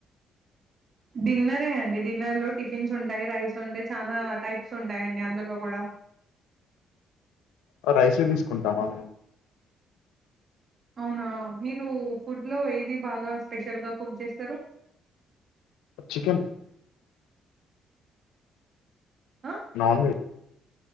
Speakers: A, on the right; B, on the left.
A: డిన్నరే అండి డిన్నర్లో టిఫిన్స్ ఉంటాయి రైస్ ఉంటాయి చాలా టైప్స్ ఉంటాయండి అందులో కూడా
B: రైస తీసుకుంటామా
A: అవునా మీరు ఫుడ్ లో ఏది బాగా స్పెషల్ గా ఫం చేస్తారు
B: చికెన్
A: ఆ?
B: నన్వజ్